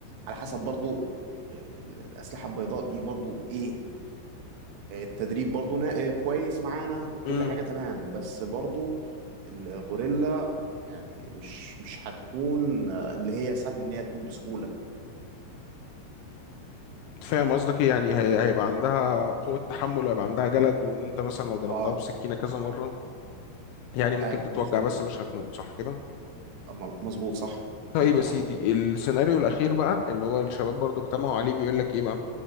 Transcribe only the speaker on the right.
على حسب برضو آه، ال- الأسلحة البيضاء دي برضو إيه إيه، التدريب برضو نا- إيه، كويس معانا وكل
حاجة تمام بس برضو الغوريلا يعني مش مش هتكون آه، اللي هي سهل إن هي تموت بسهولة
اه
ايوه
مظبوط
أما- مظبوط صح
اكيد طبعا
يعني